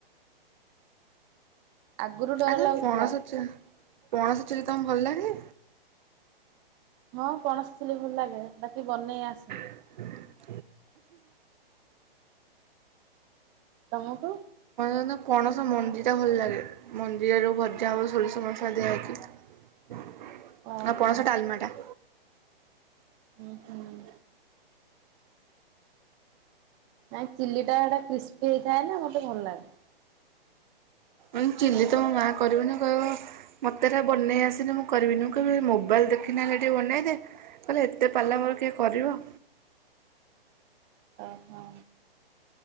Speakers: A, on the right (about 15°); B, on the right (about 50°).
A: ଆଗରୁ ଡର
B: ଆଚ୍ଛା ତମ
A: ଲାଗୁଥିଲା
B: ପଣସ ଚିଲ ପଣସ ଚିଲ୍ଲି ତମକୁ ଭଲ ଲାଗେ?
A: ହଁ ପଣସଚିଲ୍ଲି ଭଲ ଲାଗେ ବାକି ବନେଇ ଆସେନି।
B: <inaudible>
A: ତମକୁ?
B: ପଣସ ନା ପଣସ ମଞ୍ଜି ଟା ଭଲ ଲାଗେ ମଞ୍ଜି ରେ ଜଉ ଭଜା ହବ ସୋରିଷ ମସଲା ଦିଆ ହେଇକି? ଆଉ
A: ଓହୋ
B: ପଣସ ଡାଲମା ଟା।
A: ହୁଁ ହୁଁ। ନାଇଁ ଚିଲି ଟା ହେଟା କ୍ରିସ୍ପି ହେଇଥାଏ ନା ମୋତେ ଭଲ ଲାଗେ।
B: ଉଁ ଚିଲି ତ ମୋ ମା କରିବନି କହିବ ମୋତେ ଏରା ବନେଇ ଆସେନି ମୁଁ କରିବିନି ମୁଁ କହିବି ମୋବାଇଲ୍ ଦେଖି ନ ହେଲେ ଟିକେ ବନେଇଦେ। କହିଲା ଏତେ ପାଲା ମୋର କିଏ କରିବ?
A: ଓହୋ।